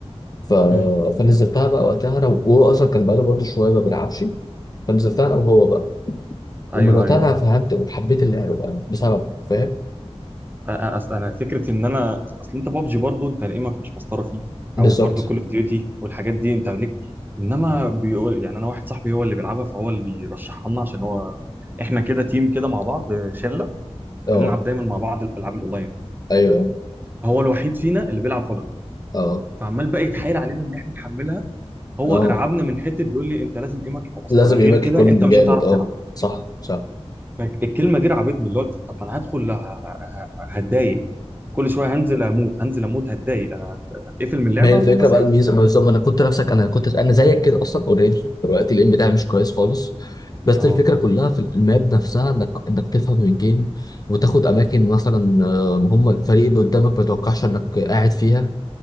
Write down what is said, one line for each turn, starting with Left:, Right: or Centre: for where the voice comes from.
Left: ف...
Right: امم
Left: فنزلتها بقى وقتها انا وهو اصلا كان بقاله برضه شويه ما بيلعبش فنزلتها انا وهو بقى
Right: ايوه
Left: ومن وقتها
Right: ايوه
Left: انا فهمت وحبيت اللعبه بقى بسبب فاهم
Right: أنا- اصل انا فكره ان انا اصل انت بابجي برضو انت ايمك مش مسطره فيه
Left: بالظبط
Right: او برضو كول اوف ديوتي والحاجات دي انت ليك انما بيقول يعني انا واحد صاحبي هو اللي بيلعبها فهو اللي بيرشحها لنا عشان هو احنا كده تيم كده مع بعض شله بنلعب
Left: اه
Right: دايما مع بعض الالعاب الاونلاين
Left: ايوه
Right: هو الوحيد فينا اللي بيلعب فالورانت
Left: اه
Right: فعمال بقى يتحايل علينا ان احنا نحملها هو
Left: اه
Right: رعبنا من حته بيقول لي انت لازم ايمك يبقى مسطره
Left: لازم
Right: غير
Left: يبقى
Right: كده
Left: يكون
Right: انت مش
Left: جامد
Right: هتعرف
Left: اه
Right: تلعب
Left: صح صح
Right: فالكلمه دي رعبتني اللي هو طب ما انا هدخل ه- ه- هتضايق كل شويه هنزل اموت هنزل اموت هتضايق هت- هتقفل من اللعبه
Left: ما هي الفكره
Right: واقوم ماسحها
Left: بقى الميزه بالظبط ما انا كنت نفسك انا كنت انا زيك كده اصلا اوريدي دلوقتي الام بتاعي مش كويس خالص بس
Right: اه
Left: الفكره كلها في الماب نفسها انك انك تفهم الجيم وتاخد اماكن مثلا آه، هم الفريق اللي قدامك ما يتوقعش انك قاعد فيها